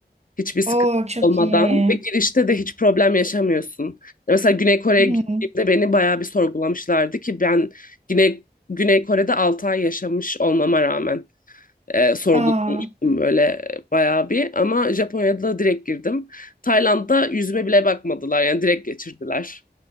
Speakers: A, on the left (about 50°); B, on the right (about 40°).
A: Hiçbir sıkıntı
B: o çok
A: olmadan
B: iyi.
A: ve girişte de hiç problem yaşamıyorsun. E, Mesela Güney Kore'ye
B: Hı.
A: gittiğimde beni bayağı bir sorgulamışlardı ki ben Güney Güney Kore'de 6 ay yaşamış olmama rağmen e, sorgulamıştım
B: Aa,
A: böyle e, bayağı bir ama Japonya'da direkt girdim. Tayland'da yüzüme bile bakmadılar yani direkt geçirdiler.